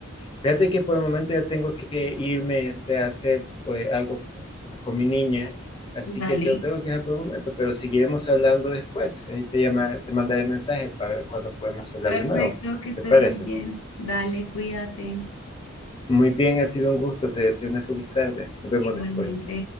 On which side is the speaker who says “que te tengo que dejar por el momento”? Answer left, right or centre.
Left